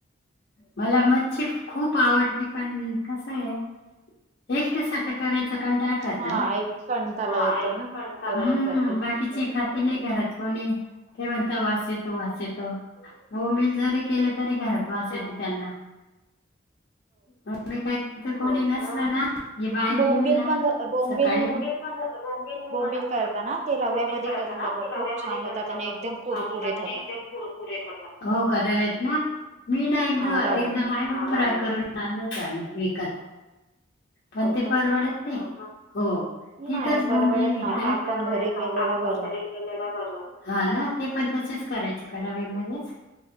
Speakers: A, on the left; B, on the right.
A: मला मच्छी खूप आवडती पण कसये एकट्यासाठी करायचं कंटाळा करता
B: हा
A: ओ.
B: एक कंटाला
A: <unintelligible>
B: येतो ना एकट्यासाठी
A: हम्म. बाकीची खाती नाही घरात कोणी. ते म्हणता वास येतो, वास येतो बोंबील जरी केलं तरी घरात वास येतो. त्यांना म मी का कोणी नसल ना हे बाहेर
B: बोंबिल
A: गेले ना
B: पण बोंबिल
A: सकाळीं बोंबील पण बोंबिलणा
B: बोंबिल करताना ते रव्यामध्ये
A: बोंबिल काय
B: करून
A: तेना
B: बघा खूप
A: रव्या मधी
B: छान
A: करून
B: होतात
A: बघा.
B: आणि
A: खूप
B: एकदम कुरकुरीत
A: छान होतात आणि एकदम कुरकुरीत होतात हो रव्यात ना. मी ना एकदा
B: हा रव्यात.
A: एकदा बाहेर फ्राय करून आणलते आम्ही विकत. पण
B: हो
A: ते
B: का?
A: परवडत नाई. हो. तिथंच
B: नाही परवडत
A: बोंबील घेतलं.
B: नाही
A: नाई
B: आपण
A: परवडत
B: घरी केलेला
A: नाई आपण
B: बरं.
A: घरी केेलेला बरं. हा ना. ते पण तसेच करायचे का रव्यामध्येच?